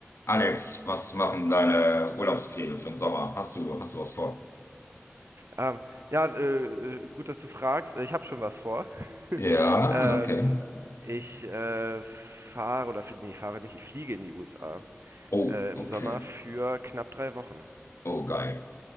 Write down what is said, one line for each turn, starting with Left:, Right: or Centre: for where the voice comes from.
Left: Alex, was machen deine Urlaubspläne für den Sommer? Hast du, hast du was vor?
Right: Ähm, ja, äh, gut, dass du fragst. Ich habe schon was vor. <laughs>
Left: Ja,
Right: ähm,
Left: okay.
Right: ich äh, fahre oder fl- nee, fahre nicht, ich fliege in die USA
Left: Oh,
Right: äh, im
Left: okay.
Right: Sommer für knapp drei Wochen.
Left: Oh, geil.